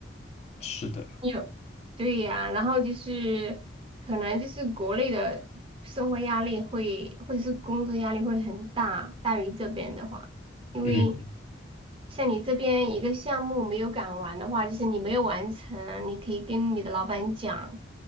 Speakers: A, on the left; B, on the right.
A: 是的，
B: 有，对呀，然后就是可能就是国内的生活压力会，或者是工作压力会很大，大于这边的话，因为
A: 嗯
B: 像你这边一个项目没有赶完的话，就是你没有完成，你可以跟你的老板讲，